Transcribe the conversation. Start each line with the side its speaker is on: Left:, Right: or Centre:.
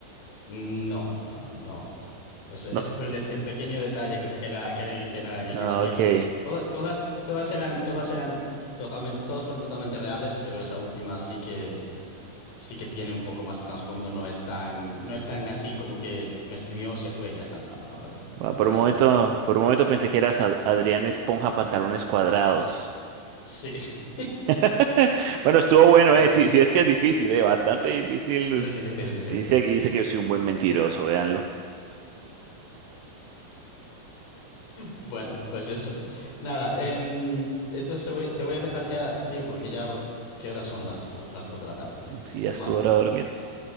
Left: no, no, no, no. Ese,
Right: No.
Left: ese fue el, de- el pequeño detalle que fue, que era, que era, que era-
Right: no,
Left: que no era cierto.
Right: Ok.
Left: Toda- todas, todas eran, todas eran totalmente, todas fueron totalmente reales, pero esa última sí que, sí que tiene un poco más de trasfondo. No es tan, no es tan así como que me exprimió, se fue y ya está. No, no, no,
Right: Bueno, por
Left: en lo
Right: un
Left: absoluto.
Right: momento, por un momento pensé que eras Ad- Adrián Esponja Pantalones Cuadrados.
Left: Sí, <laughs>
Right: <laughs> Bueno, estuvo bueno,
Left: pues
Right: eh. Sí,
Left: es,
Right: sí, es que es difícil, eh. Bastante difícil.
Left: es difícil, es difícil.
Right: Dice, dice que yo soy un buen mentiroso, véanlo.
Left: Bueno, pues eso. Nada, em, entonces te voy, te voy a dejar ya, tío, porque ya, va- ¿qué horas son las, uf, las 2 de la tarde ya?
Right: Sí, ya estuvo
Left: Madre
Right: hora
Left: mía.
Right: de dormir.